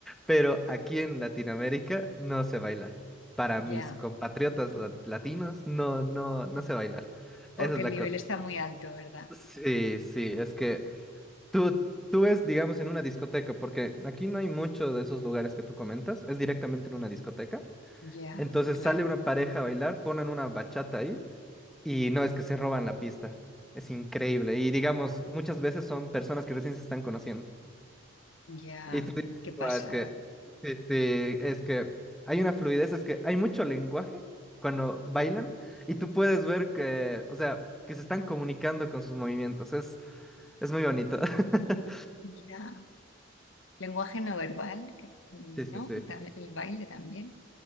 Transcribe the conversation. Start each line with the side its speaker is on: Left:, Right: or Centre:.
Centre: pero aquí en Latinoamérica no sé bailar. Para mis
Left: ya,
Centre: compatriotas la- latinos, no, no, no sé bailar.
Left: porque
Centre: Esa es
Left: el
Centre: la
Left: nivel
Centre: cosa.
Left: está muy alto, ¿verdad?
Centre: Sí, sí, es que Tú, tú ves, digamos, en una discoteca, porque aquí no hay mucho de esos lugares que tú comentas, es directamente en una discoteca.
Left: Ya,
Centre: Entonces
Left: claro,
Centre: sale una pareja a bailar, ponen una bachata ahí y no es que se roban la pista. Es increíble. Y digamos, muchas veces son personas que recién se están conociendo.
Left: ya,
Centre: Y tú dices,
Left: qué pasada.
Centre: "Guau, es que, sí, sí, es que hay una fluidez, es que hay mucho lenguaje cuando bailan y tú puedes ver que, o sea, que se están comunicando con sus movimientos. Es, es muy bonito. <laughs>
Left: Ya. Lenguaje no verbal, que- ¿no?
Centre: Sí, sí, sí.
Left: Tam- El baile también.